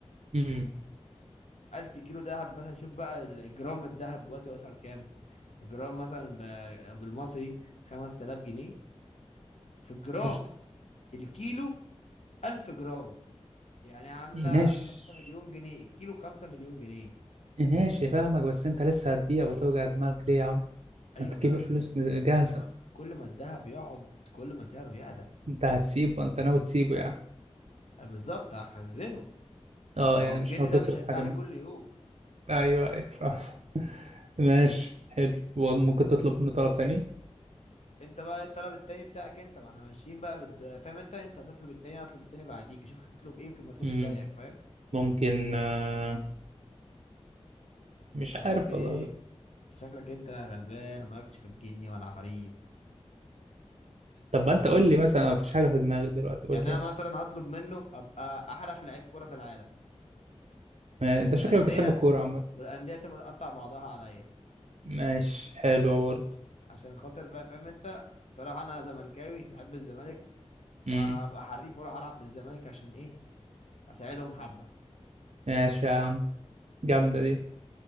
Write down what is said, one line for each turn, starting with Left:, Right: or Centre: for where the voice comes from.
Right: امم
Left: ألف كيلو دهب مثلا شوف بقى الجرام الدهب دلوقتي وصل كام الجرام مثلا ب- بالمصري خمسة آلاف جنيه في الجرام
Right: قشطة
Left: الكيلو ألف جرام يعني عاملة
Right: ماشي
Left: خمسة مليون جنيه الكيلو بخمسة مليون جنيه
Right: ماشي فاهمك بس أنت لسه هتبيع وتوجع دماغك ليه يا عم
Left: أيوة
Right: ما تجيب
Left: ما
Right: الفلوس جاهزة
Left: ما كل ما الذهب يقعد كل ما سعره يعلى
Right: أنت هتسيبه أنت ناوي تسيبه يعني
Left: أنا بالظبط هخزنه
Right: اه
Left: ما
Right: يعني
Left: هو الجنيه
Right: مش ناوي
Left: ده
Right: تصرف
Left: مش هيطلع
Right: حاجة
Left: لي
Right: منه
Left: كل يوم
Right: ايوه ايوه فاهم. ماشي حلو وممكن تطلب منه طلب تاني
Left: انت بقى إيه الطلب التاني بتاعك انت ما احنا ماشيين بقى بد... فاهم انت انت هتطلب التاني انا هطلب التاني بعديك اشوفك هتطلب ايه يمكن ما اطلبش
Right: مم.
Left: زيك فاهم
Right: ممكن آه، مش
Left: تحب
Right: عارف
Left: ايه
Right: والله
Left: انت شكلك انت غلبان ومالكش في الجني ولا العفاريت
Right: طب ما انت قول لي مثلا مفيش حاجة في دماغي دلوقتي قول
Left: يعني
Right: لي يعني
Left: انا مثلا هطلب منه ابقى احرف لعيب كوره في العالم
Right: ما انت
Left: والانديه
Right: شكلك بتحب الكورة عامة
Left: والانديه تبقى تقطع بعضها عليا
Right: ماشي حلوة برضه
Left: عشان خاطر بقى فاهم انت صراحه انا زملكاوي بحب الزمالك فابقى
Right: مم.
Left: حريف واروح العب في الزمالك عشان ايه اساعدهم حبه
Right: ماشي يا عم جامدة دي